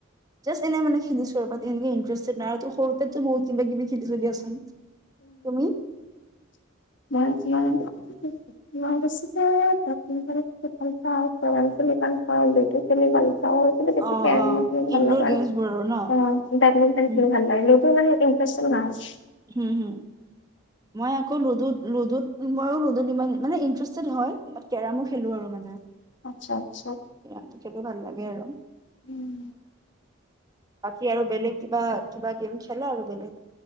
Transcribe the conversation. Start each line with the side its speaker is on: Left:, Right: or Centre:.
Right: যাচষ্ট এনে মানে যোৱা দেই <inaudible> <unintelligible> সৰুটে টো বহুত কিবা কিবি খেলী ছো দীয়া ছোন তুমি?
Left: <inaudible> <unintelligible> বেটমিন্তন খেলি ভাল পায় ন?
Right: অ অ
Left: মোৰ
Right: ইনডোৰ গেমছ বোৰৰো
Left: মানে
Right: ন?
Left: ইন্ত্ৰেচন
Right: উম
Left: নাই।
Right: হম হম, মই আকৌ লুডুত লুডুত মইয়ো লুডুত ইমান মানে ইন্টাৰেষ্টেড হয়। বাত কেৰামো খেলো আৰু মানে
Left: আচ্ছা আচ্ছা
Right: কেৰম খেলো ভাল লাগে আৰু।
Left: উম।
Right: বাকী আৰু বেলেগ কিবা-কিবা গেম খেলা আৰু বেলেগ?